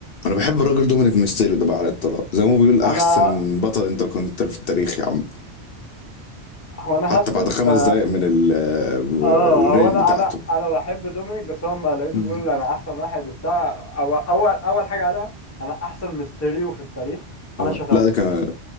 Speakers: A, on the left (about 60°); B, on the left (about 20°).
A: انا بحب الراجل دومينيك ميستيريو ده بقى على الطلاق زي ما هو بيقول احسن
B: انا
A: بطل انتركونتيننتال في التاريخ يا عم
B: هو انا
A: حتى
B: هسكت
A: بعد خمس
B: آه،
A: دقايق من ال- الرين
B: اه هو انا
A: بتاعته
B: انا انا بحب دومينيك بس هو لما لقيته
A: مم.
B: بيقول انا احسن واحد وبتاع اول اول اول حاجه قالها انا احسن ميستيريو في التاريخ
A: اه
B: انا شتمته
A: لا ده كان